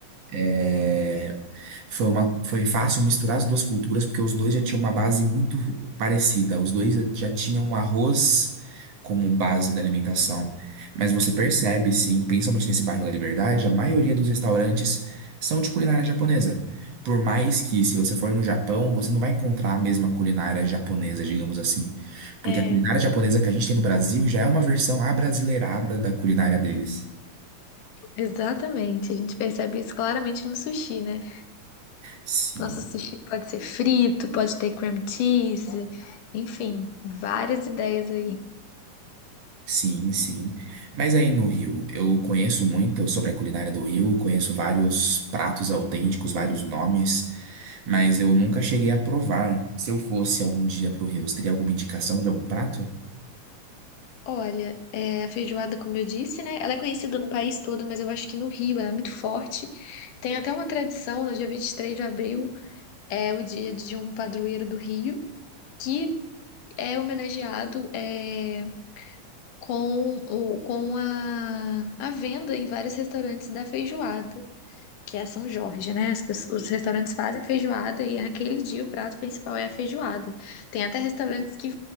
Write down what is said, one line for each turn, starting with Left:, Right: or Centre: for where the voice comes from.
Right: É, foi uma, foi fácil misturar as duas culturas, porque os dois já tinham uma base muito parecida. Os dois já tinham o arroz como base da alimentação. Mas você percebe, sim, principalmente nesse bairro da Liberdade, a maioria dos restaurantes são de culinária japonesa. Por mais que, se você for no Japão, você não vai encontrar a mesma culinária japonesa, digamos assim. Porque
Left: É,
Right: a culinária japonesa que a gente tem no Brasil já é uma versão abrasileirada da culinária deles.
Left: exatamente. A gente percebe isso claramente no sushi, né?
Right: Sim.
Left: Nosso sushi pode ser frito, pode ter cream cheese, enfim, várias ideias aí.
Right: Sim, sim. Mas aí no Rio, eu conheço muito sobre a culinária do Rio, conheço vários pratos autênticos, vários nomes, mas eu nunca cheguei a provar. Se eu fosse algum dia pro Rio, você teria alguma indicação de algum prato?
Left: Olha, é, a feijoada, como eu disse, né? Ela é conhecida no país todo, mas eu acho que no Rio ela é muito forte. Tem até uma tradição, no dia 23 de abril, é o dia de um padroeiro do Rio, que é homenageado é, com, o, com a, a venda em vários restaurantes da feijoada, que é São Jorge, né? As pesso- os restaurantes fazem feijoada e naquele dia o prato principal é a feijoada. Tem até restaurantes que